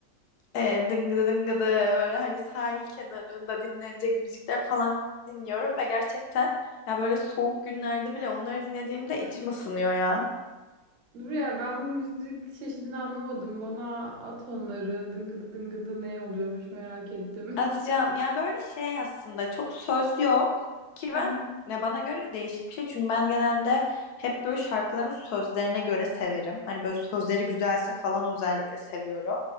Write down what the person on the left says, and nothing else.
e, dıngıdı dıngıdı böyle hani sahil kenarında dinlenecek müzikler falan dinliyorum ve gerçekten ya böyle soğuk günlerde bile onları dinlediğimde
içim ısınıyor ya.
Atacağım. Yani böyle şey aslında çok söz yok ki
ben
ne bana göre değişik bir şey. Çünkü ben genelde hep böyle şarkıların sözlerine göre severim. Hani böyle sözleri güzelse falan özellikle seviyorum.